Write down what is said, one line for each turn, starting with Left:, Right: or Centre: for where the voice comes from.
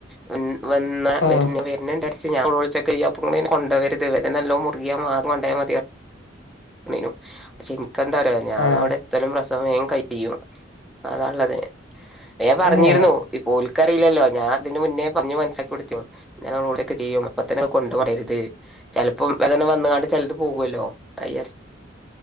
Centre: വ വന്ന
Left: ഉം,
Centre: വര്ന വരൻണ്ട <unintelligible> കൊണ്ട വരുത് വേദന മുറികിയ മാത്രം കൊണ്ടായാൽ മതി ന്നു ക്ഷേ എനിക്ക് എന്താറിയൊ ഞാൻ
Left: ആ
Centre: അവിടെ ത്തലും പ്രസവം ൻ കഴും അതള്ളത് പറഞ്ഞിരുന്നു
Left: ഏ ആ
Centre: ഇപ്പൊ ഒല്കറിലല്ലോ ഞാൻ അതിന്റെ മുന്നേ പറഞ് മനസ്സാക്കി കൊടുത്തി ഞാൻഓടോക്കെ ചെയ്യും അപ്പത്തന്നെ കൊണ്ട് പായര്ത് ചെലപ്പോ വേദന വന്നുകാണ്ട് ചെലത് പോകുല്ലോ അയ്യ്ജാരിച്ച്